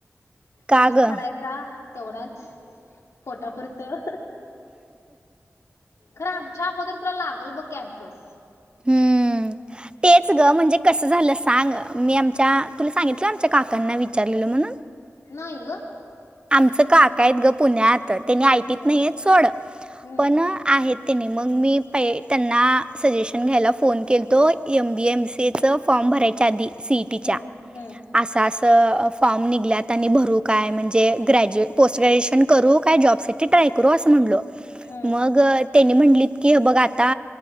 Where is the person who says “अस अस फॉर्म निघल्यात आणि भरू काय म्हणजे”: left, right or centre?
Right